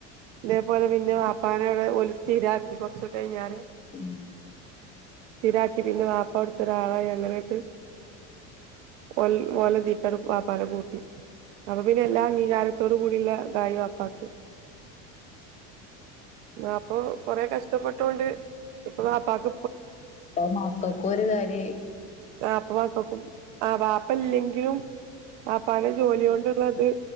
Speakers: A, on the right (about 80°); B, on the left (about 20°).
A: ഇതേപോലെ പിന്നെ വാപ്പാനെ ഇവിടെ ഒരു സ്ഥിരാക്കി കുറച്ചൊ കെഴിഞ്ഞാൻ
B: ഉം
A: സ്ഥിരാക്കി പിന്നെ വാപ്പ അവിടെതെ ഒരാളായി അങ്ങനെകെ ഓല് ഓലതീക് വാപ്പാനെ കൂട്ടി അപ്പപ്പിന്നെ എല്ലാ വികാരത്തോടയി വാപ്പാക് അ അപ്പം കൊറേ കസ്റ്റപ്പെട്ടോണ്ട് ഇപ്പ വാപ്പാക്..
B: ഇപ്പൊ മക്കക്കൊരു കാര്യയി
A: ആ ഇപ്പ മക്കകും ആ വാപ്പല്ലെങ്കിലും വാപ്പാന്റെ ജോലിണ്ട്ള്ളത്